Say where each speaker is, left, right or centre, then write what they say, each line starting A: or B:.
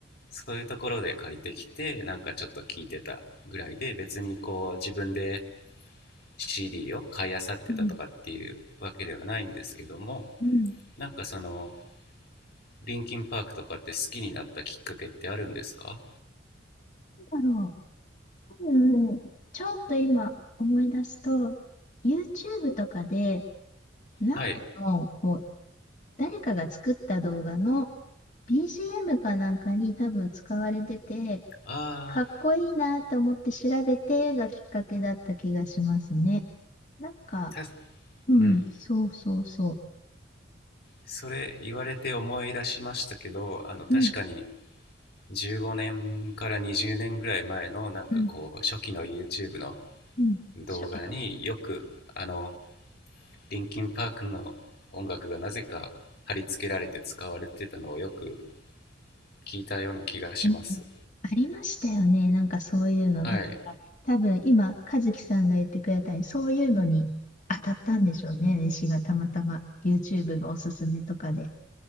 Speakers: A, on the left; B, on the left.
A: そういうところで借りてきてなんかちょっと聞いてたぐらいで別にこう自分で CD を買い漁ってたとかっていうわけではないんですけども
B: うん。うん。
A: なんかそのリンキンパークとかって好きになったきっかけってあるんですか
B: なんだろう。うん、ちょっと今思い出すと、YouTube とかで、なんかのこう
A: はい
B: 誰かが作った動画の BGM かなんかに多分使われてて、
A: ああ
B: かっこいいなと思って調べてがきっかけだった気がしますね。なんか、
A: た
B: うん、
A: うん
B: そうそうそ
A: それ言われて思い出しましたけどあの確かに
B: う。うん、
A: 15年から20年ぐらい前のなんかこう初期の
B: うん、
A: YouTube の
B: うん。
A: 動画によくあの
B: しょ、いいよ。
A: リンキンパークの音楽がなぜか貼り付けられて使われてたのをよく聞いたような気がします。
B: うんありましたよね。なんかそういうの。
A: はい、
B: だから多分今、和樹さんが言ってくれたように、そういうのに当たったんでしょうね。私がたまたま YouTube のおすすめとかで。